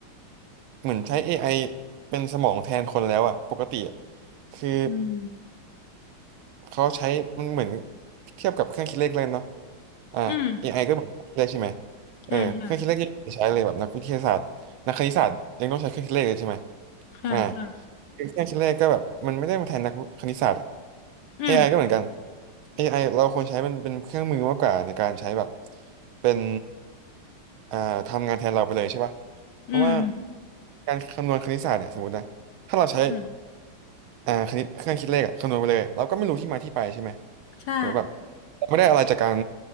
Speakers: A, on the right; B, on the left.
A: เหมือนใช้ AI เป็นสมองแทนคนแล้วอะปกติอะคือ
B: อืม
A: เขาใช้มันเหมือนเทียบกับเครื่องคิดเลขเลยเนาะอ่า
B: อืม
A: AI ก็เหมือนเครื่องคิดเลขใช่ไหม
B: ใช่ใช่
A: เออเครื่องคิดเลขยังใช้เลยแบบนักวิทยาศาสตร์นักคณิตศาสตร์ยังต้องใช้เครื่องคิดเลขเลยใช่ไหม
B: ใช่ใช่
A: อ่าคือเครื่องคิดเลขก็แบบมันไม่ได้มาแทนนักคณิตศาสตร์อะ
B: อืม
A: เอ AI ก็เหมือนกัน AI เราควรใช้เป็นเป็นเครื่องมือมากกว่าในการใช้แบบเป็นอ่าทำงานแทนเราไปเลยใช่ป่ะเพราะว่า
B: อืม
A: การคำนวณคณิตศาสตร์เนี่ยสมมตินะถ้าเราใช้
B: อืม
A: อ่าคณิตเครื่องคิดเลขอะคำนวณไปเลยเราก็ไม่รู้ที่มาที่ไปใช่ไหม
B: ใช่
A: หรือแบบเราไม่ได้อะไรจากการ